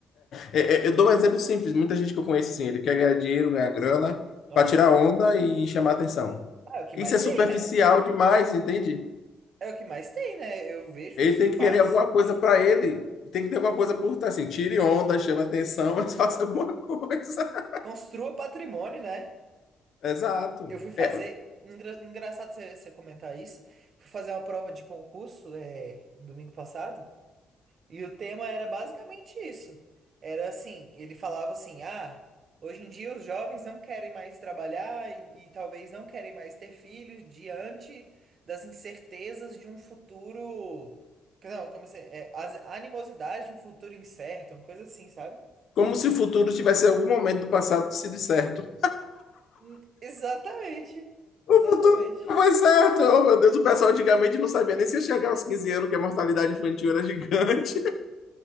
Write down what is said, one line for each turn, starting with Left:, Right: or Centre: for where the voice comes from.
Right: Porque
Left: É, é, eu dou um exemplo simples. Muita gente que eu conheço assim, ele quer ganhar dinheiro, ganhar grana,
Right: Aham.
Left: para tirar onda e chamar atenção.
Right: Ah, é o que
Left: Isso
Right: mais
Left: é superficial
Right: tem, né?
Left: demais, entende?
Right: É o que mais tem, né? Eu vejo
Left: Ele
Right: isso
Left: tem
Right: demais.
Left: que querer alguma coisa para ele. Tem que ter alguma coisa por tá assim, tire onda, chame atenção, <laughs> mas faça alguma coisa.
Right: Construa patrimônio, né?
Left: <laughs> Exato.
Right: Eu fui fazer.
Left: É
Right: engra- Engraçado você você comentar isso. Fui fazer uma prova de concurso é, domingo passado. E o tema era basicamente isso. Era assim, ele falava assim: "Ah, hoje em dia os jovens não querem mais trabalhar e, e talvez não querem mais ter filhos diante das incertezas de um futuro, não, como assim, é, as animosidades de um futuro incerto, uma coisa assim, sabe?
Left: como se o futuro tivesse algum momento do passado sido certo.
Right: Hum, Exatamente.
Left: O
Right: Exatamente.
Left: futuro nunca foi certo. Oh, meu Deus, o pessoal antigamente não sabia nem se ia chegar aos 15 anos, que a mortalidade infantil era gigante.